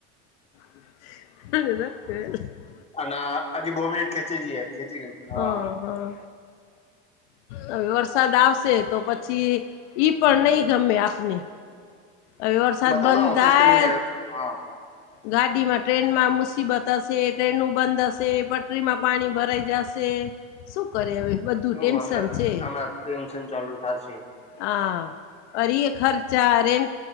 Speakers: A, on the left; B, on the left.
A: <inaudible>
B: અને હજી બો મિનિટ ખેંચી જઈએ, ખેચી લેંવી હાં,
A: હા હા હવે વર્ષ વરસાદ આવશે તો પછી ઈ પણ નહી ગમે આપને, હવે વરસાદ
B: બતા
A: બંધ
B: દો ઓફિસ
A: થાય
B: કેમ ની ગયા હોત હા,
A: ગાડીમાં ટ્રેનમાં મુસીબત હશે ટ્રેનનું બંધ હશે પટરીમાં પાણી ભરાઈ જશે શું કરે હવે, બધું
B: ઓ
A: ટેન્શન
B: હમણાં
A: છે
B: હમણાં ટેન્શન ચાલુ થશે,
A: હા અરે એ ખર્ચા રેન